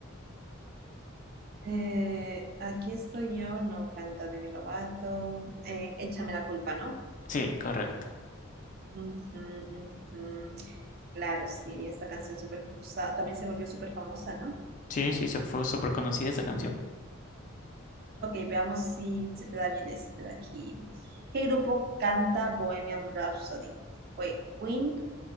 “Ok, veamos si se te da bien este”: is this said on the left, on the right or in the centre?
Right